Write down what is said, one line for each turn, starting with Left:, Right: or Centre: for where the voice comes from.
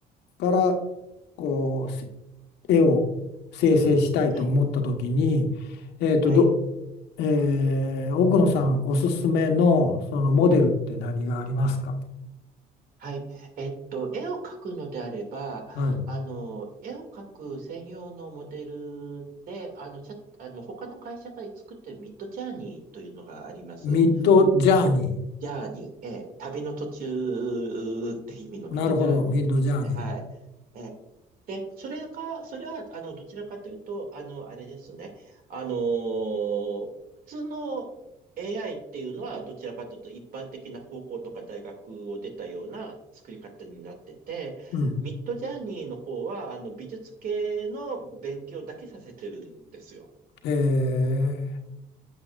Left: からこう絵を生成したいと思った時に、
Right: はい、
Left: えーと、
Right: はい。
Left: ど、えー奥野さんおすすめのそのモデルって何がありますか
Right: はい。えっと、絵を描くのであれば、
Left: はい。
Right: あの、絵を描く専用のモデルで、あの、チャあの、他の会社が作ってるミッドジャーニーというのがあります。
Left: ミッドジャーニ
Right: ジャーニー、ええ旅の途中って意味のミッドジャーニーですね。
Left: ー。なるほど、ミッドジャーニー。
Right: はい。ええで、それが、それは、あの、どちらかというと、あの、あれですね。あのー普通の AI っていうのは、どちらかというと、一般的な高校とか大学を出たような作り方になってて、
Left: うん。
Right: ミッドジャーニーの方は、あの、美術系の勉強だけさせてるんですよ。
Left: へえ。